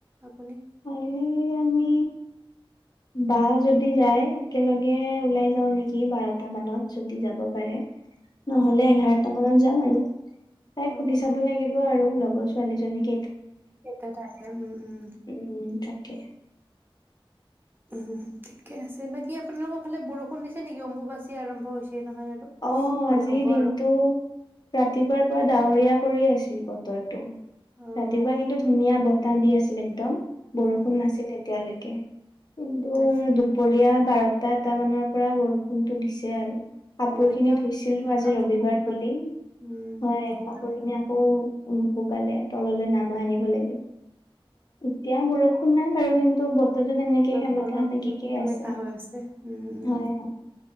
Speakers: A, on the right (about 20°); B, on the left (about 45°).
A: আপুনি
B: কাইলে আমি বা যদি যায় একেলগে ওলাই যাও নেকি? বাৰটা মানত, যদি যাব পাৰে। নহলে এঘাৰটা মানত যাম আৰু
A: অ',
B: তাইক সুধি চাব লাগিব আৰু লগৰ ছোৱালীজনীক
A: এটা টাইম উম, উম।
B: উম তাকে
A: উমহো। ঠিকে আছে বাকী আপোনালোকৰ ফালে বৰষুণ দিছে নেকি? অম্বুবাচী আৰম্ভ হৈছে নহয় আৰু।
B: অ',
A: মানে
B: আজিৰ
A: হ'ব
B: দিনটো
A: আৰু
B: ৰাতিপুৱাৰ পৰা ডাৱৰীয়া কৰি আছিল বতৰটো,
A: অ',
B: ৰাতিপুৱা কিন্তু ধুনীয়া বতাহ দি আছিল একদম। বৰষুণ
A: উম,
B: নাছিল এতিয়ালৈকে। কিন্ত দুপৰীয়া
A: তাৰপিছত
B: বাৰ দুটা এটা মানৰ পৰা বৰষুণটো দিছে আৰু। কাপোৰ
A: অ', এতিয়াও
B: খিনি ধুইছিলো আজি
A: কাপোৰ
B: ৰবিবাৰ
A: নুশুকালে
B: বুলি,
A: উম,
B: হয়।
A: নুশুকালে
B: কাপোৰ খিনি আকৌ শুকালে তললৈ নামাই আনিব লাগিব। এতিয়া বৰষুণ নাই আৰু কিন্তু <unintelligible> তেনেকে
A: বতৰতো
B: সেমেকা
A: অলপ
B: সেমেকিকে
A: সেমেকা
B: আছে।
A: হৈ আছে। উম, উম।
B: হয় হয়